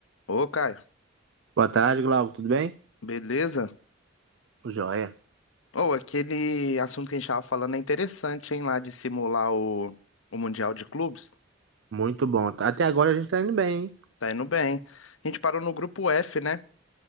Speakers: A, on the left; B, on the right.
A: Ô, Caio,
B: Boa tarde, Glauco. Tudo bem?
A: beleza?
B: Joia.
A: Ô, aquele assunto que a gente tava falando é interessante, hein, lá de simular o, o Mundial de Clubes.
B: Muito bom. Até agora a gente tá indo bem, hein?
A: Tá indo bem. A gente parou no grupo F, né?